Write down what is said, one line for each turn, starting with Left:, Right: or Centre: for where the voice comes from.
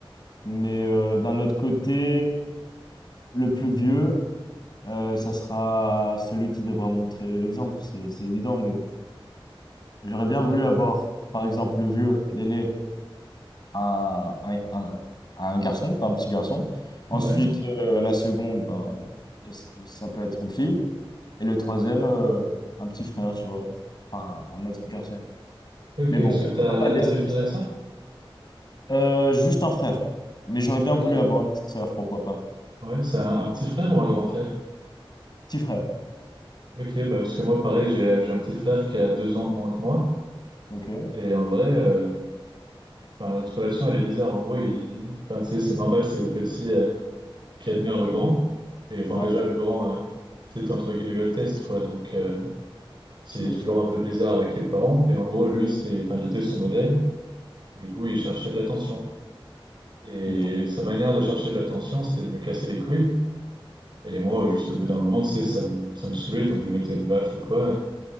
Left: Mais euh, d'un autre côté, le plus vieux, euh, ça sera celui qui devra montrer l'exemple. C'est, c'est évident, mais j'aurais bien
Right: Ouais.
Left: voulu avoir, par exemple, le vieux, l'aîné. à un, à un- garçon, quoi, un petit garçon. Ensuite,
Right: Ouais.
Left: euh, la seconde, ben, ça peut être une fille. Et le troisième, euh, un petit frère, tu vois. Enfin, un autre garçon.
Right: Ok,
Left: Mais
Right: parce
Left: bon,
Right: que t'as,
Left: on peut pas décider
Right: t'as des frères
Left: ça.
Right: et sœurs?
Left: Euh, juste un frère. Mais j'aurais bien
Right: Ok.
Left: voulu avoir une petite sœur, pourquoi pas.
Right: Ouais, c'est un, un petit frère ou un grand frère?
Left: Petit frère.
Right: Ok, bah parce que moi, pareil, j'ai j'ai un petit frère qui a deux ans de moins que moi.
Left: Ok.
Right: Et en vrai, euh, enfin, notre relation, elle est bizarre. En gros, il, il- enfin, tu sais, c'est normal, c'est le petit euh, qui admire le grand. Et enfin,
Left: Ouais,
Right: déjà, le grand, euh, c'était entre guillemets le test, quoi. Donc, euh, c'est
Left: tu dois
Right: toujours
Left: tout,
Right: un peu bizarre avec les parents. Et en gros, lui, c'était, enfin, j'étais son modèle. Du coup, il cherchait de l'attention. Et
Left: tout le temps.
Right: sa manière de chercher de l'attention, c'était de me casser les couilles. Et moi, juste au bout d'un moment, tu sais, ça me, ça me saoulait. Donc, je lui mettais une baffe ou quoi.